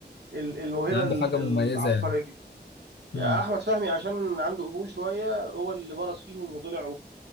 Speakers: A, on the right (about 75°); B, on the left (about 80°).
A: ال- الموهبة
B: يعني عنده
A: ال-
B: حاجه
A: العبقرية
B: مميزه يعني امم
A: يعني أحمد فهمي عشان عنده قبول شوية هو اللي برز فيهم وطلع